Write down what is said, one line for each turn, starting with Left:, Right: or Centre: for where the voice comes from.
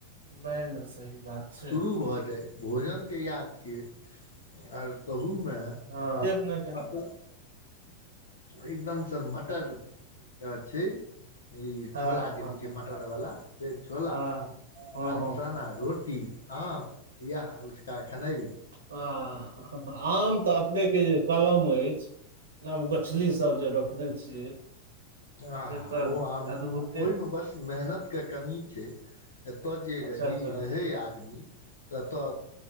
Right: नहि नहि सही बात छै
Left: शुरू भऽ जाइ भोजनके इएह छियै आर ताहूमे
Right: ह अपने के
Left: अप एकदम से मटर के छै ई
Right: हँ
Left: छोला
Right: हँ
Left: जे
Right: हँ
Left: होइ छै मटरवला से छोला
Right: हँ हँ
Left: आलू
Right: हँ
Left: चना
Right: हँ
Left: रोटी आम इआाह उचका खनैबै
Right: आ आम तऽ अपने के जे कलम अछि जे नब गोछली सब जे रोपने छियै
Left: आा
Right: से तऽ
Left: ओ आम
Right: अद्भुते
Left: ओहिमे बस मेहनत के कमी छै एतय जे
Right: अच्छा
Left: रही
Right: अच्छा
Left: रहै आदमी एतऽ